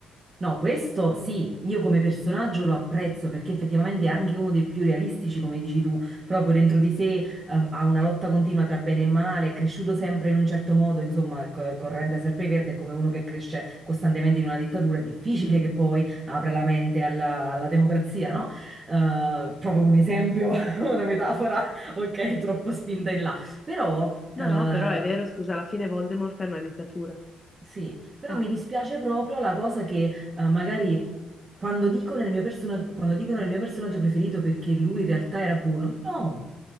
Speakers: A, on the right; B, on the left.
A: No, questo sì, io come personaggio lo apprezzo perché effettivamente è anche uno dei più realistici, come dici tu, proprio dentro di sé, eh, ha una lotta continua tra bene e male, è cresciuto sempre in un certo modo, insomma, co- corrente Verde è come uno che cresce costantemente in una dittatura, è difficile che poi apra la mente alla, alla democrazia, no? Eh, proprio un esempio, <laughs> una metafora, ok, troppo spinta in là, però...
B: No,
A: eh,
B: no, però è vero, scusa, alla fine Voldemort è una dittatura.
A: sì, però
B: Eh.
A: mi dispiace proprio la cosa che eh, magari quando dicono il mio persona- quando dicono il mio personaggio preferito perché lui in realtà era buono, no,